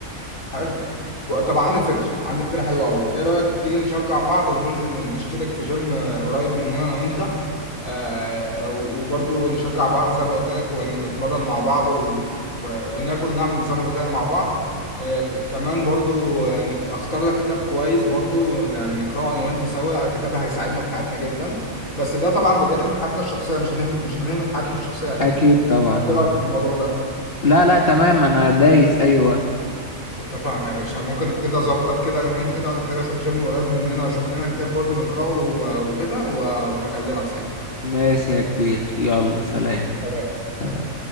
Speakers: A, on the left (about 75°); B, on the left (about 45°).
A: حلو بقى- طب عندي فكرة عندي فكرة حلوة أوي إيه رأيك تيجي نشجع بعض وننزل نشترك في جيم آه، قريب مننا أنا وأنت آه و- وبرضو نشجع بعض زي ما قلت لك ونتمرن مع بعض و... و... وناكل نعمل نظام غذائي مع بعض آه ك- كمان برضو آه، نخ... أختار لك كتاب كويس برضو ن- نقرأه أنا وأنت سوا كتاب هيساعدنا في حياتنا جدا بس ده طبعا بجانب حياتنا الشخصية مش هنهم... مش هنهمل حياتنا الشخصية أكيد
B: أكيد طبعا
A: إيه
B: أه
A: رأيك في الموضوع ده؟
B: لا لا تمام أنا دايس أي وقت
A: اتفقنا يا باشا ممكن كده اظبط كده يومين كده ولا حاجه اشوف جيم قريب مننا واشوف لنا كتاب برضو نقراه و- وكده و- وهكلمك ساعتها
B: ماشي يا كبير يلا سلام
A: تمام
B: سلام
A: سلام